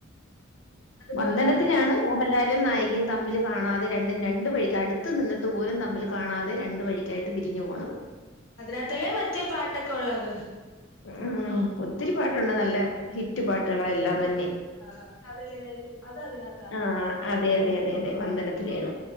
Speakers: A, on the left; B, on the left.
A: അതുപോലെ
B: വന്ദനത്തിലാണ് മോഹ ലാലും നായികയും തമ്മില് കാണാതെ രണ്ടും രണ്ട് വഴിക്ക് അടുത്ത് നിന്നിട്ട് പോലും തമ്മില് കാണാതെ രണ്ട് വഴിക്കായിട്ട് പിരിഞ്ഞു പോണത്
A: അതിനകത്തല്ലേ മറ്റേ പാട്ടൊക്കെ ഉള്ളത്
B: ഉം ഒത്തിരി പാട്ടുണ്ട് നല്ല ഹിറ്റ് പാട്ടുകള എല്ലാം തന്നെ
A: അ കവിളിണയിൽ അത് അതിനകത്താണോ
B: ആഹ് അതെ അതെ അതെ അതെ വന്ദനത്തിലെയാണ്